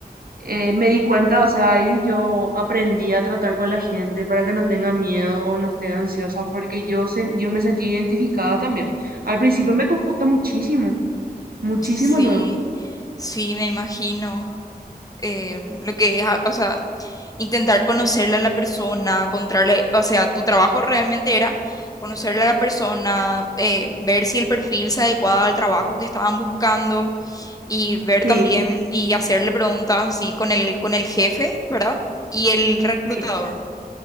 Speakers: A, on the right; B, on the left.
A: eh, me di cuenta, o sea, ahí yo aprendí a tratar con la gente para que no tenga miedo o no esté ansiosa, porque yo, sen- yo me sentí identificada también. Al principio me costó muchísimo, muchísimo
B: Sí,
A: luego.
B: sí, me imagino. eh, lo que es, a- o sea, intentar conocerle a la persona, encontrarle, o sea, tu trabajo realmente era conocerle a la persona, eh, ver si el perfil se adecuaba al trabajo que estaban buscando y ver
A: Sí,
B: también y hacerle preguntas así con el, con el jefe, ¿verdad? Y el reclutador,
A: sí, sí, sí,